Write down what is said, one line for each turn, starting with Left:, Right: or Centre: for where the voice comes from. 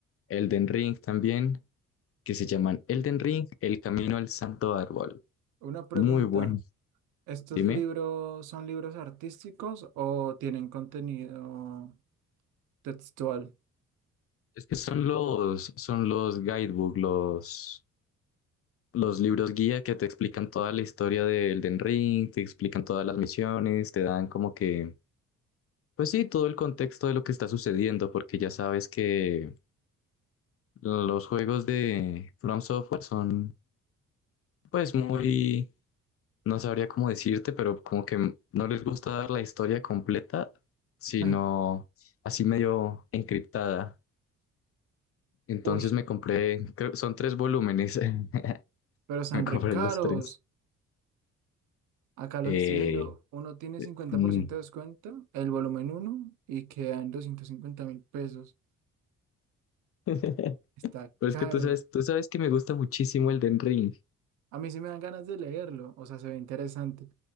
Left: Elden Ring también, que se llaman Elden Ring, El Camino al Santo Árbol.
Right: Una pregunta,
Left: Muy bueno.
Right: ¿estos
Left: Dime.
Right: libros son libros artísticos o tienen contenido textual?
Left: Es que son los, son los guidebook, los, los libros guía que te explican toda la historia del Den Ring, te explican todas las misiones, te dan como que, pues sí, todo el contexto de lo que está sucediendo, porque ya sabes que los juegos de From Software son, pues muy, no sabría cómo decirte, pero como que no les gusta dar la historia completa, sino
Right: <laughs> Ah,
Left: así medio encriptada. Entonces
Right: Uy,
Left: me compré, creo- son tres volúmenes. <laughs>
Right: pero
Left: <laughs>
Right: son
Left: a cobrar
Right: re caros.
Left: los tres.
Right: Acá los
Left: Eh,
Right: estoy viendo, uno tiene cincuenta
Left: mm.
Right: por ciento de descuento, el volumen uno y queda en doscientos cincuenta mil pesos.
Left: <laughs>
Right: Está
Left: Pero es
Right: caro.
Left: que tú sabes, tú sabes que me gusta muchísimo el Den Ring.
Right: A mí sí me dan ganas de leerlo, o sea, se ve interesante,